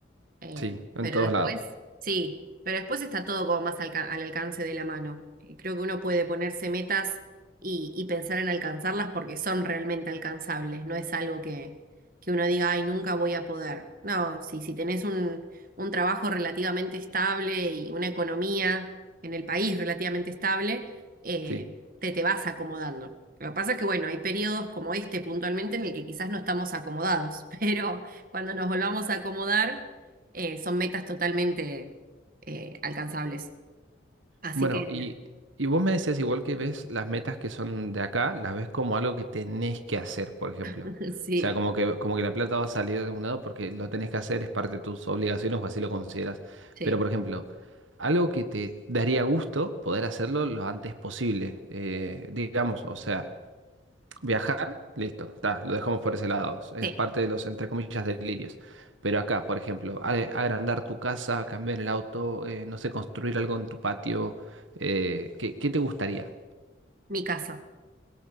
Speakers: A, on the right; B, on the right.
A: Eh,
B: Sí, en
A: pero
B: todos
A: después,
B: lados.
A: sí, pero después está todo como más alca- al alcance de la mano. Eh, creo que uno puede ponerse metas y, y pensar en alcanzarlas porque son realmente alcanzables, no es algo que, que uno diga, ay, nunca voy a poder. No, sí, si tenés un, un trabajo relativamente estable y una economía en el país relativamente estable, eh,
B: Sí.
A: te, te vas acomodando. Lo que pasa es que, bueno, hay periodos como este puntualmente en el que quizás no estamos acomodados, <laughs> pero cuando nos volvamos a acomodar eh, son metas totalmente eh, alcanzables. Así
B: Bueno,
A: que
B: y, y vos me decías igual que ves las metas que son de acá, las ves como algo que tenés que hacer, por ejemplo.
A: <laughs> sí,
B: O sea, como que, como que la plata va a salir de algún lado porque lo tenés que hacer, es parte de tus obligaciones o así lo consideras.
A: sí,
B: Pero, por ejemplo, algo que te daría gusto poder hacerlo lo antes posible, eh, digamos, o sea. Viajar, listo, está, lo dejamos por ese lado. Es
A: sí,
B: parte de los, entre comillas, delirios. Pero acá, por ejemplo, a- agrandar tu casa, cambiar el auto, eh, no sé, construir algo en tu patio, eh, ¿qué, qué te gustaría?
A: mi casa,